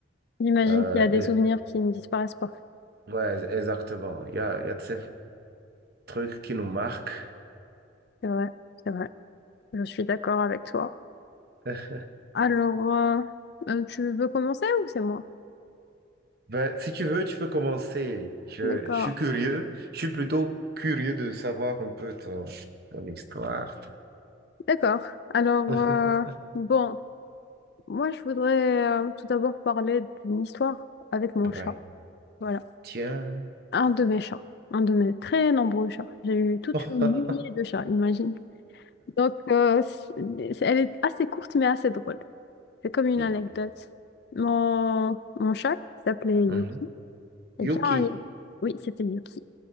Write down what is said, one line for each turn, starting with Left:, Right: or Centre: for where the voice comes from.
Left: j'imagine
Right: euh,
Left: qu'il y a
Right: des...
Left: des souvenirs qui ne disparaissent pas.
Right: Ouais, exactement. Il y a, il y a de ces trucs qui nous marquent.
Left: C'est vrai, c'est vrai. Je suis d'accord avec toi.
Right: <laughs>
Left: Alors, euh, euh, tu veux commencer ou c'est moi?
Right: Ben, si tu veux, tu peux commencer. Je,
Left: D'accord.
Right: je suis curieux. Je suis plutôt curieux de savoir un peu ton, ton histoire.
Left: D'accord. Alors,
Right: <laughs>
Left: euh, bon, moi, je voudrais euh, tout d'abord parler d'une histoire avec mon
Right: Ouais.
Left: chat. Voilà.
Right: Tiens.
Left: Un de mes chats, un de mes très nombreux chats. J'ai eu toute
Right: <laughs>
Left: une lignée de chats, imagine. Donc, euh, c'est- c'est- elle est assez courte mais assez drôle. C'est comme une
Right: Et-
Left: anecdote. Mon, mon chat, qui s'appelait
Right: Mhm.
Left: Yuki,
Right: Yuki.
Left: eh bien, il- oui, c'était Yuki.